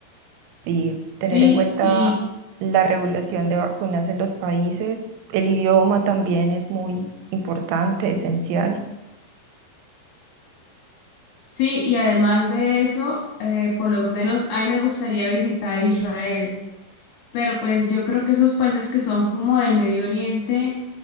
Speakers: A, on the right (about 80°); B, on the left (about 65°).
A: Sí, tener
B: Sí,
A: en cuenta
B: y
A: la regulación de vacunas en los países. El idioma también es muy importante, esencial.
B: Sí, y además de eso, eh, por lo menos a mí me gustaría visitar Israel, pero pues yo creo que esos países que son como del Medio Oriente,